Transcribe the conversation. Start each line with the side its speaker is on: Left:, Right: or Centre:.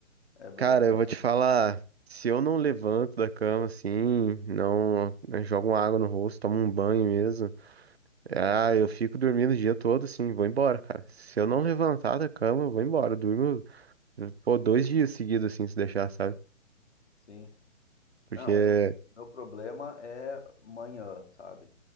Left: é bem
Right: Cara, eu vou te falar, se eu não levanto da cama, assim, não, eu jogo uma água no rosto, tomo um banho mesmo, ah, eu fico dormindo o dia todo, assim, vou embora, cara. Se eu não levantar da cama, eu vou embora, eu durmo, pô, dois dias seguidos, assim, se deixar, sabe?
Left: assim.
Right: Porque,
Left: Não, eu, meu problema é manhã, sabe?